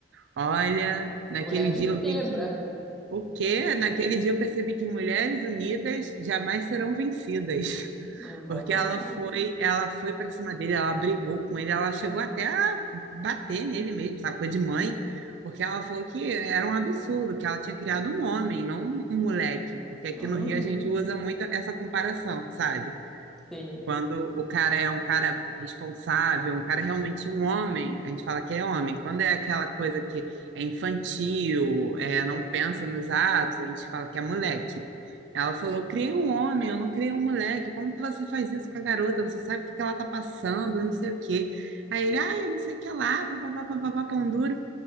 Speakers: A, on the right; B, in the centre.
A: Olha, naquele
B: mulher de
A: dia eu
B: fibra.
A: vi que. O quê? Naquele dia eu percebi que mulheres unidas jamais serão vencidas.
B: Exatamente.
A: Porque ela foi, ela foi para cima dele, ela brigou com ele, ela chegou até a bater nele mesmo, sabe? Coisa de mãe, porque ela falou que era um absurdo, que ela tinha criado um homem, não um moleque, porque aqui
B: Uhum,
A: no Rio a gente usa muito essa comparação, sabe?
B: sim.
A: Quando o cara é um cara responsável, um cara realmente um homem, a gente fala que é homem. Quando é aquela coisa que é infantil, é, não pensa nos atos, a gente fala que é moleque. Ela falou: Eu criei um homem, eu não criei um moleque. Como que você faz isso com a garota? Você sabe o que que ela tá passando, eu não sei o quê. Aí ele, ah, eu não sei o que lá, papapá, papapá, pão duro.